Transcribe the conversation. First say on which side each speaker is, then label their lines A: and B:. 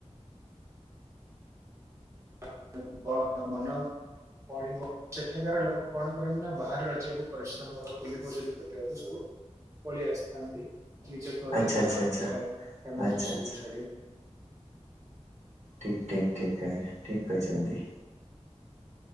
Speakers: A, on the right; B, on the right.
A: <unintelligible> କଣ ମନ ପଢିବ। ସେଠାକାର ଲୋକ କଣ କରନ୍ତି ନା ବାହାରେ ରାଜ୍ୟକୁ ପରିଶ୍ରମ ହବା କୁଲି ମଜୁରି ଖଟିବାକୁ ସବୁ ପଳେଇ ଆସିଥାନ୍ତି। ନିଜ ଘର
B: ଆଚ୍ଛା
A: ଦ୍ୱାରା
B: ଆଚ୍ଛା ଆଚ୍ଛା
A: ଫ ଫ୍ୟାମିିଲି
B: ଆଚ୍ଛା
A: ଶବୁ
B: ଆଚ୍ଛା।
A: ଛାଡି
B: ଠିକ ଠିକ ଠିକ ଆଜ୍ଞା ଠିକ କହିଛନ୍ତି।